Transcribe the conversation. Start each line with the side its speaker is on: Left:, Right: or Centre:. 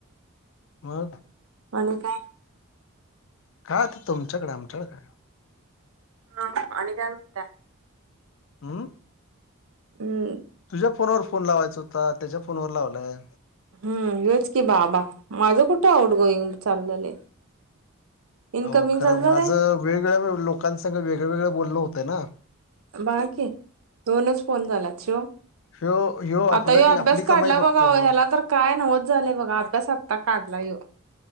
Left: मग
Right: आणि काय.
Left: काय अत्ता तुमच्याकडे आमच्याकडे काय.
Right: ह आणि काय म्हणतात.
Left: हम्म.
Right: हम्
Left: तुझ्या फोनवर फोन लावायचा होता त्याच्या फोनवर लावलाय
Right: हम् हेच की बाबा माझं कुठं आऊट गोईंग चालू झालंय. इनकमिंग
Left: अहो खरं
Right: चालू
Left: माझं
Right: झालंय.
Left: वेगवेगळ्या लोकांसग वेगळवेगळ बोलणं होतय ना.
Right: बघा की दोनच फोन झाल्यात शिव
Left: ह्यो आपलं
Right: आता ह्यो अभ्यास
Left: आपली कमाई
Right: काढला
Left: बघतो
Right: बघा ह्याला तर काय नवच झालंय बघा अभ्यास आत्ता काढला ह्यो.